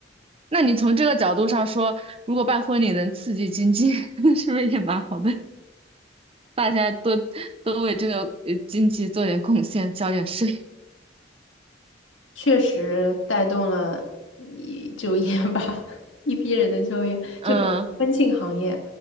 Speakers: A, on the right; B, on the left.
A: 那你从这个角度上说，如果办婚礼能刺激经济，<laughs> 是不是也蛮好的？大家多多为这个呃经济做点贡献，交点税。
B: 确实带动了一就业吧，<laughs> 一批人的就业。
A: 嗯，
B: 就比如婚庆行业，